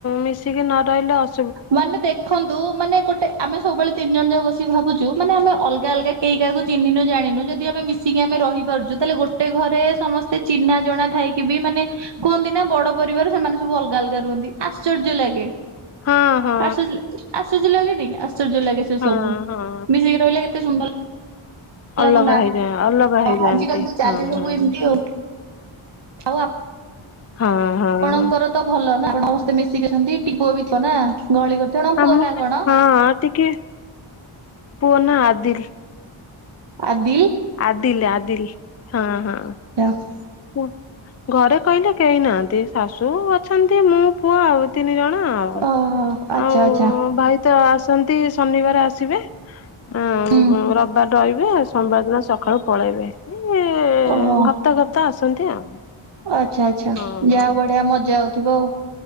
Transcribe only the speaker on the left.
ମିଶିକି ନ ରହିଲେ ଅସୁ।
ହଁ। ହଁ
ହଁ
ହଁ
ଅଲଗା
ହେଇଯା ଅଲଗା ହେଇଯାଆନ୍ତି
ହଁ
ହଁ
ହଁ।
ହଁ
ଆମ
ହଁ ଟିକେ ପୁଅ ନା ଆଦିଲ୍।
ଆଦିଲ୍, ଆଦିଲ୍ ହଁ, ହଁ।
ପୁଅ ଘରେ କହିଲେ କେହି ନାହାନ୍ତି ଶାଶୁ ଅଛନ୍ତି ମୁଁ ପୁଅ ଆଉ ତିନି ଜଣ ଆଉ।
ହଁ
ଆଉ
ଭାଇ। ତ ଆସନ୍ତି ଶନିବାର ଆସିବେ ଉଁ
ରବିବାର ରହିବେ ଆସ। ସୋମବାର ଦିନ ସକାଳୁ ପଳେଇବେ ଏଇ
ହପ୍ ହପ୍ତା ଆସନ୍ତି ଆଉ।
ହଁ ହଁ।